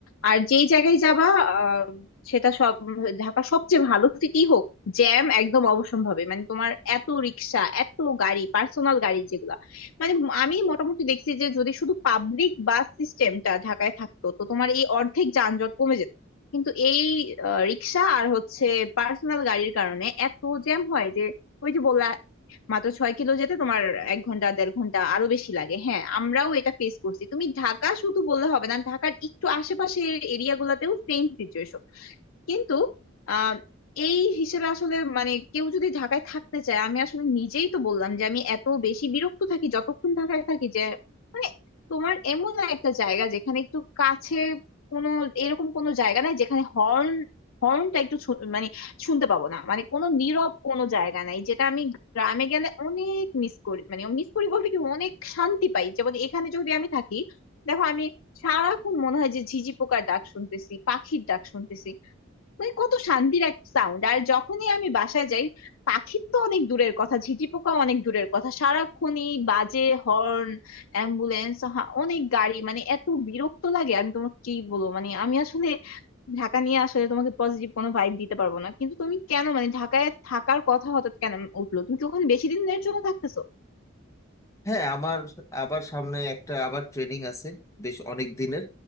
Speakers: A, on the left (about 80°); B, on the left (about 15°).
A: আর যেই জায়গায় যাবা আহ সেটা সব ঢাকা সবচেয়ে ভালো সিটি হোক জ্যাম একদম অবশ্যম্ভাবী মানে তোমার এত রিক্সা এত গাড়ি পার্সোনাল গাড়ি যেগুলা মানে আমি মোটামুটি দেখছি যে যদি শুধু পাবলিক বাস সিস্টেমটা ঢাকায় থাকতো তো তোমার এই অর্ধেক যানজট কমে যেত কিন্তু এই আহ, রিক্সা আর হচ্ছে পার্সোনাল গাড়ির কারণে এত জ্যাম হয় যে ওই যে বললা মাত্র ছয় কিলো যেতে তোমার এক ঘন্টা দেড় ঘন্টা আরো বেশি লাগে হ্যাঁ আমরাও এটা ফেস করছি তুমি ঢাকা শুধু বললে হবে না ঢাকার একটু আশেপাশের এরিয়া গুলাতেও সেম সিচুয়েশন কিন্তু আহ এই হিসেবে আসলে মানে কেউ যদি ঢাকায় থাকতে চায় আমি আসলে নিজেই তো বললাম যে আমি এত বেশি বিরক্ত থাকি যতক্ষণ ঢাকায় থাকি যে মানে তোমার এমন একটা জায়গা যেখানে একটু কাছে কোনো এরকম কোনো জায়গা নাই যেখানে হর্ন হর্নটা একটু শু- মানে শুনতে পাবো না মানে কোনো নীরব কোনো জায়গা নাই যেটা আমি গ্রামে গেলে অনেক মিস করি মানে মিস করি বলতে কি অনেক শান্তি পাই যেমন এখানে যদি আমি থাকি দেখো আমি সারাক্ষণ মনে হয় যে ঝিঝি পোকার ডাক শুনতেছি পাখির ডাক শুনতেছি মানে কত শান্তির এক সাউন্ড আর যখনই আমি বাসায় যাই পাখির তো অনেক দূরের কথা ঝিঁঝি পোকা অনেক দূরের কথা সারাক্ষণই বাজে হর্ন অ্যাম্বুলেন্স অনেক গাড়ি মানে এত বিরক্ত লাগে আমি তোমাকে কি বলবো মানে আমি আসলে ঢাকা নিয়ে আসলে তোমাকে পজিটিভ কোনো ভাইব দিতে পারবো না কিন্তু তুমি কেন মানে ঢাকায় থাকার কথা হঠাৎ কেন উঠলো তুমি কি ওখানে বেশি দিনের জন্য থাকতেছো
B: হ্যাঁ আমার আবার সামনে একটা আবার ট্রেনিং আছে বেশ অনেক দিনের